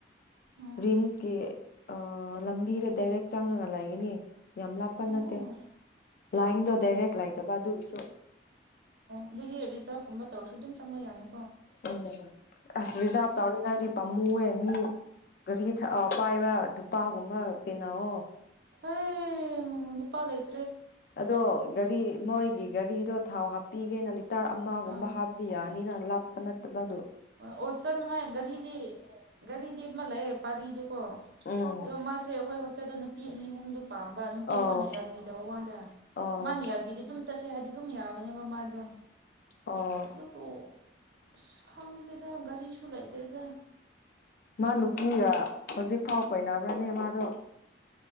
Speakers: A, on the right (about 60°); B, on the left (about 50°).
A: ꯑꯣ
B: ꯔꯤꯝꯁꯀꯤ ꯑ ꯂꯝꯕꯤꯒ ꯗꯥꯏꯔꯦꯛ ꯆꯥꯡꯅꯉ ꯂꯩꯒꯅꯤ ꯌꯥꯝ ꯂꯥꯞꯄ
A: ꯑꯣ
B: ꯅꯠꯇꯦ ꯂꯥꯏꯅꯤꯗꯣ ꯗꯗꯥꯔꯦꯛ ꯂꯥꯛꯇꯕ ꯑꯗꯨꯒꯤꯁꯨ
A: ꯑꯗꯨꯒꯤ ꯔꯤꯖꯥꯕꯀꯨꯝꯕ ꯇꯧꯔꯁꯨ ꯑꯗꯨꯝ ꯆꯪꯕ ꯌꯥꯅꯤ
B: ꯎꯝ ꯑꯁ ꯔꯤꯖꯥꯕ ꯇꯧꯅꯤꯡꯉꯥꯏꯗꯤ ꯄꯥꯝꯃꯨꯑꯦ ꯃꯤ ꯒꯥꯔꯤ ꯄꯥꯏꯕ ꯅꯨꯄꯥꯒꯨꯝꯕ ꯇꯤꯟꯅꯑꯣ
A: ꯑꯦ ꯅꯨꯄꯥ ꯂꯩ ꯂꯩ
B: ꯑꯗꯣ ꯒꯥꯔꯤ ꯃꯣꯏꯒꯤ ꯒꯥꯔꯤꯗꯣ ꯊꯥꯎ ꯍꯥꯞꯄꯤꯒꯦꯅ ꯂꯤꯇꯔ ꯑꯃꯒꯨꯝꯕ
A: ꯑꯥ
B: ꯍꯥꯞꯄꯤ ꯅꯤꯅꯂ ꯑꯄꯅꯠꯇꯕꯗꯨ
A: ꯑꯣ ꯆꯅꯅꯨꯡꯉ ꯔꯤꯗꯤ ꯒꯥꯔꯤꯗꯤ ꯑꯃ ꯂꯩꯑꯦ ꯄꯥꯔꯤꯗꯨꯀꯣ
B: ꯎꯝ
A: ꯑꯗꯣ ꯃꯥꯁꯦ ꯑꯩꯈꯣꯏ ꯍꯣꯁꯇꯦꯜꯗ ꯅꯨꯄꯤ ꯑꯅꯤ ꯑꯍꯨꯝꯗꯨ ꯄꯥꯝꯕ ꯅꯨꯄꯤ ꯑꯩꯈꯣꯏꯅ
B: ꯑꯣ
A: ꯌꯥꯕꯤꯗꯧ ꯋꯥꯗ
B: ꯑꯣ
A: ꯃꯥꯅ ꯌꯥꯕꯤꯗ ꯑꯗꯨꯝ ꯆꯠꯁꯦ ꯍꯥꯏ ꯑꯗꯨꯝ ꯌꯥꯕꯅꯦꯕ ꯃꯥꯗꯣ
B: ꯑꯣ
A: ꯑꯗꯨꯕꯨ ꯑꯁ ꯈꯪꯗ ꯑ ꯒꯥꯔꯤꯁꯨ ꯂꯩꯇ꯭ꯔꯦꯗ
B: ꯃꯥ ꯅꯨꯄꯤꯒ ꯍꯧꯖꯤꯛꯐꯥꯎ ꯀꯅꯕ꯭ꯔꯅꯦ ꯃꯥꯗꯣ